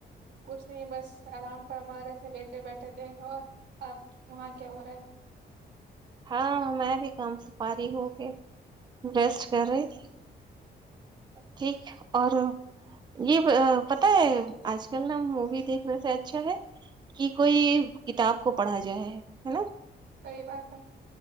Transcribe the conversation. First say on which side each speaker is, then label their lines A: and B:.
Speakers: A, on the right (about 80°); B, on the right (about 25°).
A: کچھ نہیں بس آرام فرما رہے تھے لیٹے بیٹھے تھے اور آپ وہاں کیا ہو رہا ہے
B: ہاں میں بھی کام سپاری ہو کے انویسٹ کر رہی تھی ٹھیک اور یہ پتا ہے آج کل نا مووی دیکھنے سے اچھا ہے کہ کوئی کتاب کو پڑھا جائے ہے ہے نا
A: صحیح بات ہے